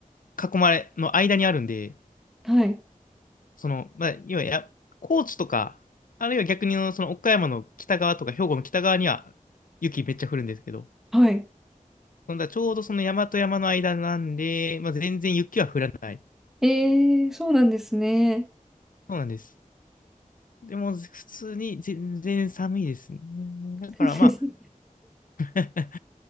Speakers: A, on the left; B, in the centre.
A: 囲まれ、の間にあるんで、
B: はい。
A: その、まあ、要はや、高知とか、あるいは逆にその岡山の北側とか、兵庫の北側には雪めっちゃ降るんですけど、
B: はい。
A: そんなちょうどその山と山の間なんで、まあ、全然雪は降らない。
B: ええそうなんですね。
A: そうなんです。でも、普通に全然寒いですね。だからまあ、
B: 先生ですね
A: <laughs>